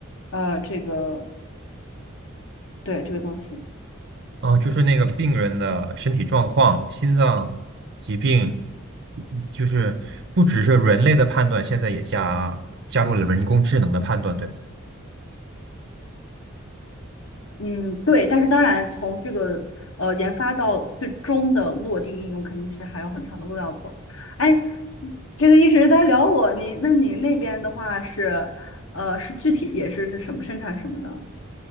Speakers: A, on the left; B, on the right.
A: 呃，这个对这个东西，
B: 啊，就是那个病人的身体状况、心脏疾病，就是不只是人类的判断，现在也加加入了人工智能的判断，对吗？
A: 嗯，对。但是当然，从这个呃研发到最终的落地应用，肯定是还有很长的路要走。哎，这个一直在聊我，你那你那边的话是，呃，是具体也是是什么生产什么呢？